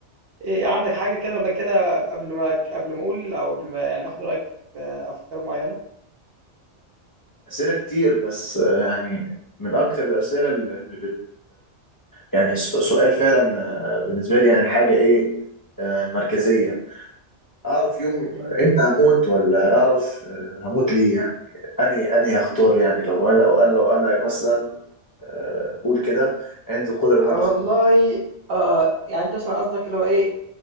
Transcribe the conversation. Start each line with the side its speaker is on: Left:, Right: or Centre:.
Right: ايه إيه عندك حاجه كده ولا كده قبل ما قبل ما اقول او قبل ما يعني اخد رايك في افكار معينه
Left: اسئله كتير بس آه، يعني من اكتر الاسئله اللي بت... يعني س- سؤال فعلا آه، بالنسبه لي يعني حاجه ايه آه، مركزيه اعرف يوم
Right: مم.
Left: امتى هموت ولا اعرف آه، هموت ليه يعني اني اني اختار يعني لو انا لو انا لو انا مثلا آه، اقول كده عندي القدره ان انا
Right: والله
Left: اختار
Right: اه يعني انت مثلا قصدك اللي هو ايه